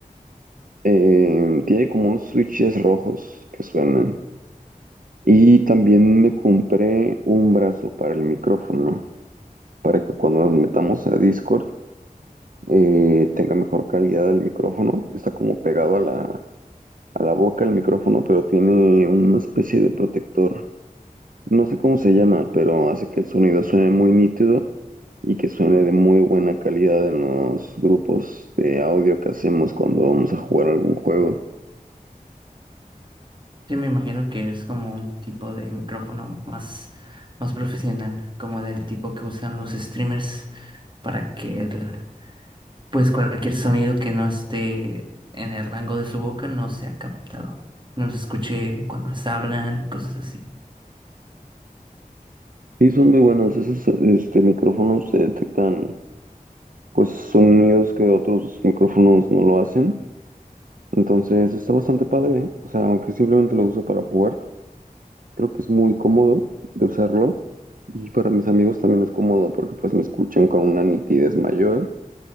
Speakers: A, on the right (about 65°); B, on the right (about 30°).
A: Eh, tiene como unos switches rojos que suenan. Y también me compré un brazo para el micrófono, para que cuando nos metamos a Discord eh, tenga mejor calidad el micrófono. Está como pegado a la, a la boca el micrófono, pero tiene una especie de protector No sé cómo se llama, pero hace que el sonido suene muy nítido y que suene de muy buena calidad en los grupos de audio que hacemos cuando vamos a jugar algún juego.
B: Sí, me imagino que es como un tipo de micrófono más, más profesional, como del tipo que usan los streamers para que el- pues cualquier sonido que no esté en el rango de su boca no sea captado, no se escuche cuando les hablan y cosas así.
A: Y son muy buenos, esos este, micrófonos se detectan pues sonidos que otros micrófonos no lo hacen. Entonces está bastante padre, ¿eh? O sea, aunque simplemente lo uso para jugar, creo que es muy cómodo de usarlo. Y para mis amigos también es cómodo porque pues me escuchan con una nitidez mayor.